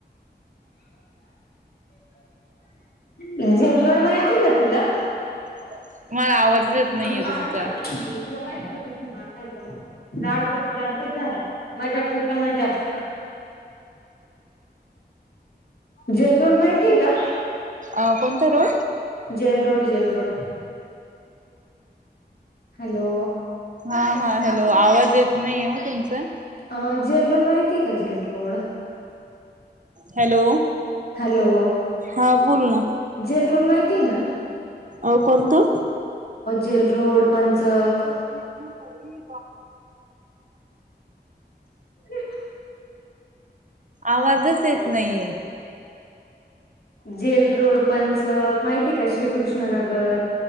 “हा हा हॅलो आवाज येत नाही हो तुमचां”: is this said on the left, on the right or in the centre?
Right